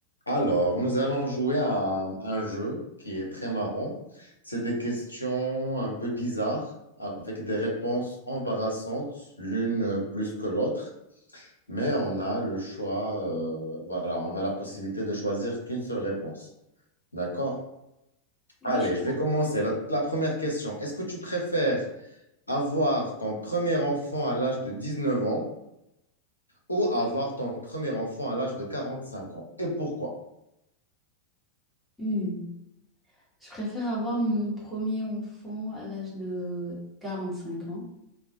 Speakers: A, on the left; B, in the centre.
A: Alors, nous allons jouer à un jeu qui est très marrant. C'est des questions un peu bizarres avec des réponses embarrassantes, l'une plus que l'autre, mais on a le choix, euh, voilà, on a la possibilité de choisir qu'une seule réponse. D'accord? Allez,
B: Oui, je...
A: je vais commencer. La, la première question, est-ce que tu préfères avoir ton premier enfant à l'âge de 19 ans ou avoir ton premier enfant à l'âge de 45 ans? Et pourquoi?
B: Hmm. Je préfère avoir mon premier enfant à l'âge de 45 ans.